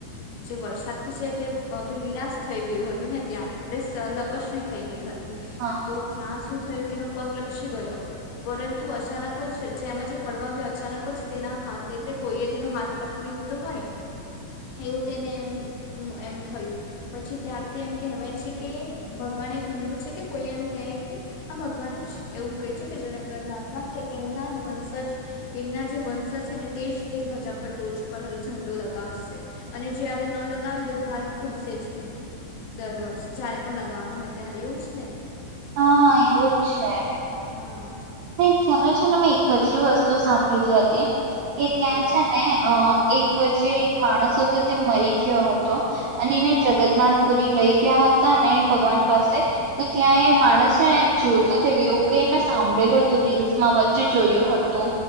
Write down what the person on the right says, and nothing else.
હા
હા એવું જ છે.
ત્યાનો છે ને મેં એક જ વસ્તુ સાંભળેલી હતી કે ત્યાં
છે ને અ એક જે એક માણસ હતો તે મરી ગયો હતો અને એને જગન્નાથ પુરી લઈ ગયા હતા ને ભગવાન પાસે તો ત્યાં એ માણસ છે એમ જીવતો થય ગયો એવુ કાઈક મેં સાંભળ્યું સાભળેલુ હતું રીલ્સમાં વચ્ચે જોયયો હતુ.